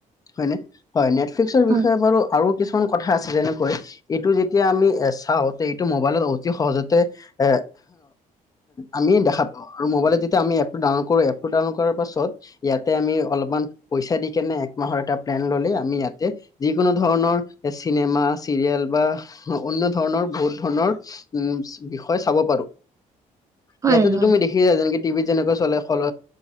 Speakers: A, on the left (about 25°); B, on the right (about 20°).
A: হয় নে হয় নেটফ্লিক্সৰ বিষয়ে
B: হয়
A: বাৰু আৰু কিছুমান কথা আছে যেনেকৈ এইটো যেতিয়া আমি এ চাওঁ চ এইটো মোবাইলত অতি সহজতে এ আমিয়ে দেখা পাও আৰু মোবাইলেত যেতিয়ামি এপ ডাউনলড কৰো এপ টো ডাউনলড কৰাৰ পাছত ত ইয়াতে আমি অলপমান পইচা দি কেনে একমাহৰ এটা প্লেন ললে আমি ইয়াতে যিকোনো ধৰণৰ চিনেমা চিৰিয়েল বা অন্য ধৰণৰ বহুত ধৰণৰ উম বিষয়ে চাব পাৰো
B: হয়
A: ইয়াতেতো
B: হয়
A: তুমি দেখিবা যেনেকে টিভিত যেনেকৈ চলে হল